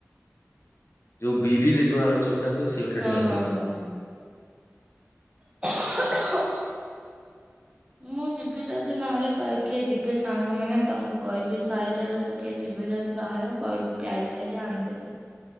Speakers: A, on the left; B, on the right.
A: ଯୋଉ ବିରି ଯଉ ଆଳୁ ଚୋପଟା ହୁଏ ସେଇଟା
B: ହଁ
A: ଟିକେ ଅଧିକ
B: ହଁ ହଁ।
A: ଭଲ।
B: <inaudible> ମୁଁ ଯିବି ଯଦି ନହେଲେ କିଏ ଯିବେ ସାଙ୍ଗମାନେ ତାଙ୍କୁ କହିବି ସାହିରେ ଲୋ ତ କିଏ ଯିବେ ଯଦି ବାହାର କହିବି ପିଆଜି ଫିଆଜି ଆଣିଦେବେ।